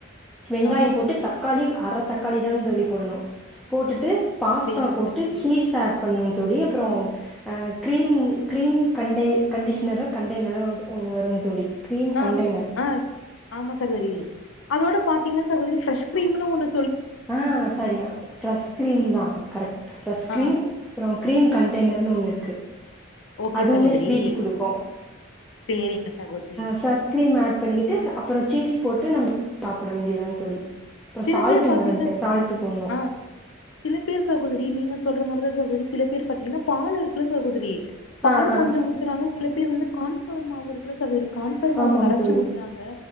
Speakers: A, in the centre; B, on the left (about 75°).
A: வெங்காயம்
B: ஆ
A: போட்டு தக்காளி அரை தக்காளி களிதாங்க தளி போடணும் போட்டுட்டு பாஸ்தா
B: சேரிங்க
A: போட்டு
B: சகோதரி
A: சீஸ் ஆட் பண்ணோ தோழி அப்புறம் கீரீம் கிரீம் க கண்டிஷனர கண்டெ்னரோ ஒன் வரும் தோழி கிரீம்
B: ஆ
A: கண்டெய்னர்
B: ஆ ஆமா சகோதரி அதோட பாத்தீங்கனா சகோதரி ப்ரஷ் கிரீம்னு ஒன்னு
A: ஆஹ் சரியா பிரஸ் கிரீம் தான் கரெக்ட் பிரஸ் கிரீம்
B: ஆ
A: அப்புறம் கிரீம் கன் டெலர்னு ஒன்னு இருக்கு
B: ஓகே
A: அதுவே
B: சகோதரி
A: ஸ்வீட் குடுக்கும்
B: சேரிங்க சகோதரி
A: ஃபிரஸ் கிரீம் ஆட் பண்ணிட்டு அப்புறம் சீஸ் போட்டு நம்ம சாப்பிட வேண்டியதாங் தோழி அப்புறம்
B: சில
A: சால்ட்
B: பேர் பத்
A: மறந்துட்டேன் சால்ட் போடணும்
B: ஆஹ் சில பேர் சகோதிரி நீங்க சொல் இந்த மாதிரி தான் சகோதரி சில பேர் பாத்தீங்கன்னா பாலு இருக்குல சகோதிரி பால்
A: ஆ ஆ
B: கொஞ்சம் ஊத்துறாங்க சிலப் பேர் வந்து கான்பிளவர் மாவு இருக்குல்ல சகோதிரி கான்ஃபலர் மாவு
A: ஆமாங்க
B: கரச்சி
A: தோழி
B: ஊத்துனாங்க